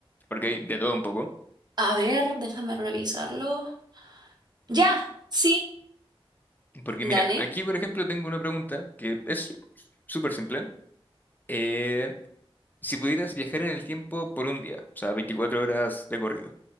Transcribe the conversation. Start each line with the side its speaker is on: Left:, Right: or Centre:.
Left: porque hay de todo un poco.
Right: A ver, déjame revisarlo. Ya, sí,
Left: Porque
Right: dale.
Left: mira, aquí por ejemplo tengo una pregunta que es súper simple. Eh, si pudieras viajar en el tiempo por un día, o sea, 24 horas de corrido,